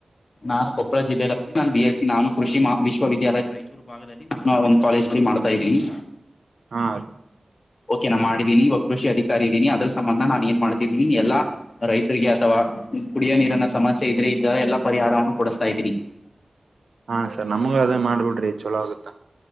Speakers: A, on the left; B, on the right.
A: ನಾನ್ ಕೊಪ್ಪಳ ಜಿಲ್ಲ ರ ನಾನ್ ಬಿ ಎಸ್ ಸಿ ನಾನು ಕೃಷಿ ವಿಶ್ವವಿದ್ಯಾಲಯ ರಾಯಚೂರು. ಭಾಗದಲ್ಲಿ ನಾನು ಆ ಒಂದ ಕಾಲೇಜ್ ಅಲ್ಲಿ ಮಾಡ್ತಾ ಇದೀನಿ.
B: ಹಾ
A: ಓಕೆ ನಾ ಮಾಡಿದ್ದೀನೀ ಇವ ಕೃಷ ಅದಿಕಾರಿ ಇದೀನಿ ಆದ್ರ ಸಂಬಂಧ ನಾನ ಏನ್ ಮಾಡ್ತಿದೀನಿ ಎಲ್ಲ ರೈತರಿಗೆ ಅಥವಾ ಕುಡಿಯೋ ನೀರಿನ ಸಮಸ್ಯೆ ಇದ್ರೆ ಇದರ ಎಲ್ಲಾ ಪರಿಹಾರವನ್ನ ಕೊಡಸ್ತಾ ಇದ್ದೀನಿ.
B: ಹಾ ಸರ್ ನಮಗು ಅದ ಮಾಡ್ಬಿಡ್ರಿ ಚಲೋ ಆಗತ್ತಾ.